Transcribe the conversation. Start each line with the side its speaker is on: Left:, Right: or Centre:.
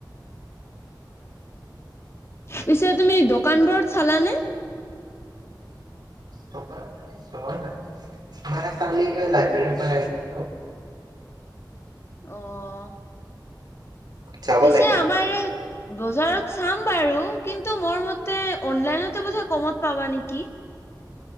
Left: পিছে তুমি দোকানবোৰত চালানে?
Right: টকা যোৱা নাই মানে কালি লাইব্ৰেৰী পা আনিলো
Left: অ',
Right: যাব
Left: পিছে
Right: লাগিব।
Left: আমাৰ বজাৰত চাম বাৰু কিন্তু মোৰ মতে অনলাইনতে বোধে কমত পাবা নেকি?